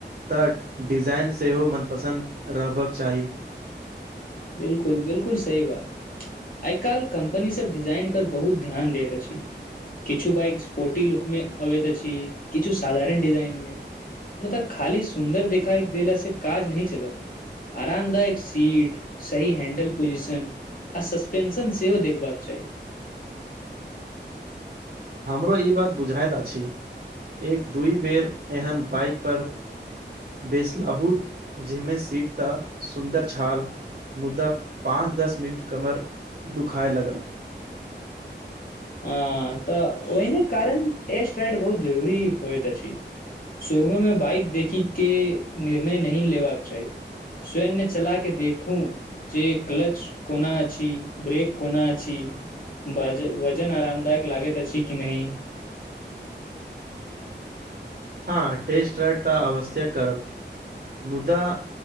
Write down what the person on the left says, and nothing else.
बिलकुल बिलकुल सही बात आई काल्हि कंपनी सभ डिजाइन पर बहुत ध्यान दैत अछि किछु बाइक स्पोर्टी लुक में आबैत अछि किछु साधारण डिजाइन मे मुदा खाली सुन्दर देखा देल से काज नही चलत आराम दायक सीट सही हैंडल पोजिशन आ सस्पेंशन सेहो देखबाक चाही
हँ त ओहिने कारण टेस्ट राइड बहुत जरुरी होइत अछि सुरवे मे बाइक देखी के निर्णय नही लेबाक चाही स्वयन्य चला के देखूँ जे क्लच कोना छी ब्रेक कोना छी बाज जन आरामदायक लागेैत अछी की नहि